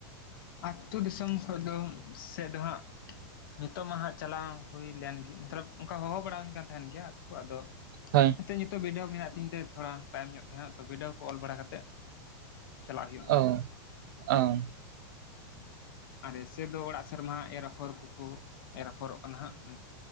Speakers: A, on the left (about 70°); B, on the right (about 65°).
A: ᱟᱛᱳ ᱫᱤᱥᱚᱢ ᱠᱷᱚᱡ ᱫᱚ ᱥᱮᱫ ᱫᱚ ᱦᱟᱸᱜᱼᱼ ᱱᱤᱛᱚᱜ ᱢᱟ ᱦᱟᱸᱜ ᱪᱟᱞᱟᱣ ᱦᱩᱭ ᱞᱮᱱ ᱜᱮ ᱢᱚᱛᱞᱚᱵ ᱚᱱᱠᱟ ᱦᱚᱦᱚ ᱵᱟᱲᱟ ᱟᱹᱧ ᱠᱟᱱ ᱛᱟᱦᱮᱱ ᱜᱮᱭᱟ ᱠᱚ ᱟᱫᱚᱼᱼ
B: ᱦᱳᱭ᱾
A: ᱱᱤᱛᱚᱜ ᱱᱤᱛᱚᱜ ᱵᱤᱰᱟᱹᱣ ᱢᱮᱱᱟᱜ ᱛᱤᱧ ᱛᱮ ᱛᱷᱚᱲᱟ ᱛᱟᱭᱚᱢ ᱧᱚᱜ ᱛᱮ ᱦᱟᱜ ᱵᱤᱰᱟᱹᱣ ᱠᱚ ᱚᱞ ᱵᱟᱲᱟ ᱠᱟᱛᱮᱫ᱾ ᱪᱟᱞᱟᱜ ᱦᱩᱭᱩᱜᱼᱟ
B: ᱚ
A: ᱦᱟᱸᱜ
B: ᱚ᱾
A: ᱟᱨ ᱮᱭᱥᱮ ᱫᱚ ᱚᱲᱟᱜ ᱥᱮᱨᱢᱟ ᱮᱨ ᱟᱯᱷᱚᱨ ᱠᱩᱠᱩ ᱮᱨ ᱟᱯᱷᱚᱨᱚᱜ ᱠᱟᱱᱟ ᱦᱟᱸᱜ᱾